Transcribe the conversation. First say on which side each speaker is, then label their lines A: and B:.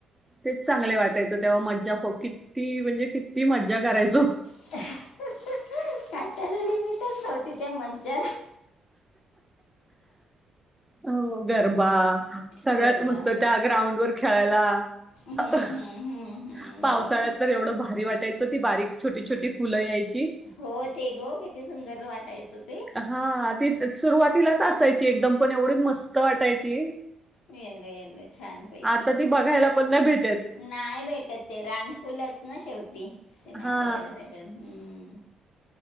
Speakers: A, in the centre; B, on the left (about 85°).
A: तेच चांगले वाटायचं तेव्हा मज्जा किती म्हणजे किती मज्जा करायचो
B: <inaudible> काय त्याल लिमिट नव्हतं त्या मजाला
A: हो गर्बा सगळ्याच
B: गरवा
A: मस्त त्या ग्राउंड वर खेळायला <inaudible>
B: हम्म हम्म हम्म हम्म
A: पावसाळ्यात
B: बरोबर.
A: तर एवढं भारी वाटायचं ती बारीक छोटी- छोटी फुलं यायची
B: हो ते ग किती सुंदर वाटायचं, ते
A: हा ती -सुरुवातीलाच असायची एकदम पण एवढी मस्त वाटायची
B: येल्लो येल्लो छानपैकी.
A: आता ती बघायला पण नाही भेटत,
B: नाही भेटत ते रानफुलच ना शेवटी ते नाही
A: हा
B: बघायला भेटत हम्म